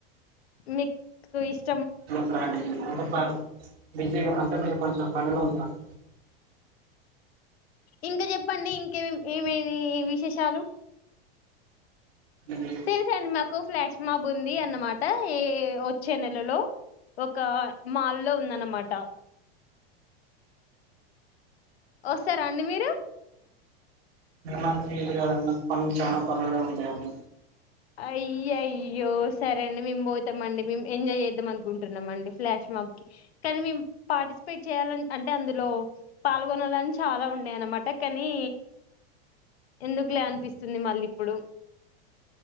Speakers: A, on the left; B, on the right.
A: మీకు ఇష్ట
B: ంట <unintelligible> బిసీ గా మ కొంచెం పండ్లు తోముత అండి
A: ఇంకా చెప్పండి ఇంకే ఏమేమి విశేషాలు
B: మీ- మీ-
A: తెలుసా అండి మా నాకు ఫ్లాష్ మాబ్ ఉంది అన్నమాట ఏ వచ్చే నెలలో ఒక మాల్లో ఉందన్నమాట వస్తారా అండి మీరు
B: మ కాన్నా పనీ చానా పనిడం అన్న
A: అయ్యయ్యో సరే అండి మేము పోతామండి మేము ఎంజాయ్ చేద్దాం అనుకుంటున్నామ అండి ఫ్లాష్ మాప్కి కానీ మేము పార్టిసిపేట్ చేయాలని అంటే అందులో పాల్గొనాలని చాలా ఉండయ అన్నమాట కానీ ఎందుకులే అనిపిస్తుంది మళ్ళీ ఇప్పుడు